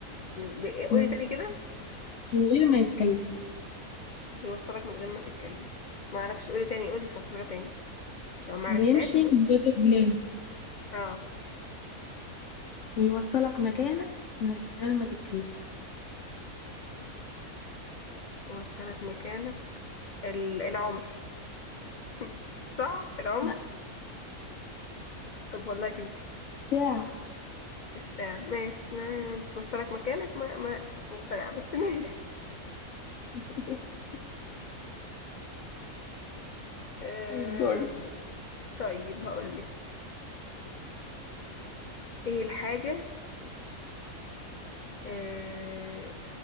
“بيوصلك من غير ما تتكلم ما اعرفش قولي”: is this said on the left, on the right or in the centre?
Left